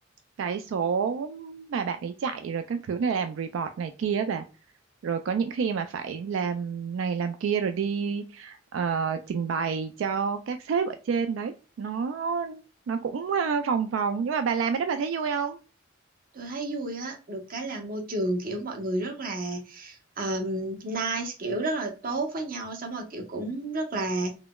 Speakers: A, on the right; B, on the right.
A: cái số mà bạn ấy chạy rồi các thứ này làm report này kia á bà rồi có những khi mà phải làm này làm kia rồi đi ờ, trình bày cho các sếp ở trên đấy nó nó cũng ờ, vòng vòng nhưng mà bà làm cái đó bà thấy vui không
B: Tôi thấy vui á, được cái là môi trường kiểu mọi người rất là um, nice, kiểu rất là tốt với nhau, xong rồi kiểu cũng rất là